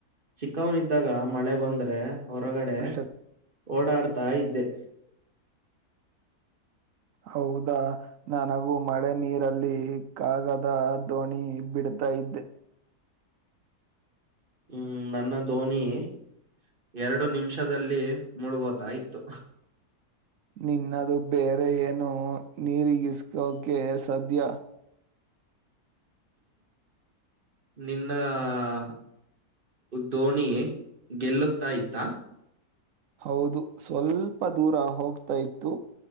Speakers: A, on the right; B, on the right.
A: ಚಿಕ್ಕವನ್ದಾಗ ಮಳೆ ಬಂದ್ರೆ ಹೊರಗಡೆ
B: ಶಕ್ತಿ.
A: ಓಡಾಡ್ತಾ ಇದ್ದೆ
B: ಹೌದಾ ನನಗೂ ಮಳೆ ನೀರಲ್ಲಿ ಕಾಗದ ದೋಣಿ ಬಿಡ್ತಾ ಇದ್ದೆ.
A: ಹ್ಮ್ ನನ್ನ ದೋಣಿ <unintelligible> ಎರಡು ನಿಮಿಷದಲ್ಲಿ ಮುಳುಗೋತ ಇತ್ತು.
B: ನಿನ್ನದು ಬೇರೆ ಏನೊ ನೀರಿಗಿಸಕೋಕೆ <unintelligible> ಸಧ್ಯ
A: ನಿನ್ನ <unintelligible> ದೋಣಿ ಗೆಲ್ಲುತ್ತಾ ಇತ್ತ.
B: ಹೌದು ಸ್ವಲ್ಪ ದೂರ ಹೋಗ್ತಾ ಇತ್ತು